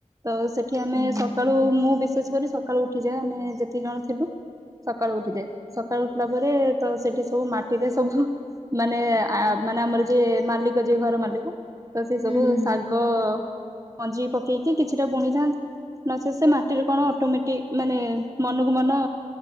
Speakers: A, on the right; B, on the right.
A: ତ ସେଠି ଆମେ
B: ହୁଁ ହୁଁ
A: ସକାଳୁ ମୁଁ ବିଶେସ୍ କରି ସ ସକାଳୁ ଉଠିଯାଏ ଆମେ ଯେତିକି ଜଣ ଥିଲୁ ସକାଳୁ ଉଠିଯାଏ ସକାଳୁ ଉଠିଲା ପରେ ତ ସେଠି ସବୁ ମାଟିରେ ସବୁ ମାନେ ଆ ମାନେ ଆମର ଯିଏ ମାଲିକ ଯିଏ ଘର ମାଲିକ। ତ ସେ
B: ହୁଁ
A: ସବୁ
B: ହୁଁ
A: ଶାଗ ମଞ୍ଜି ପକେଇକି କିଛିଟା ବୁଣିଥାନ୍ତି। ନ ସେ ସେ ମାଟିରେ କଣ ଅଟୋମେଟିକ୍ ମାନେ ମନକୁ ମନ